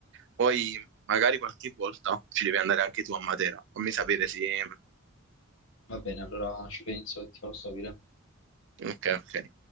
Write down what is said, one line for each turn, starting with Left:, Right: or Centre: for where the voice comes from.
Right: Poi magari qualche volta ci devi andare anche tu a Matera, fammi sapere
Left: Va bene,
Right: se...
Left: Va bene, allora ci penso e ti farò sapere.
Right: Ok, ok.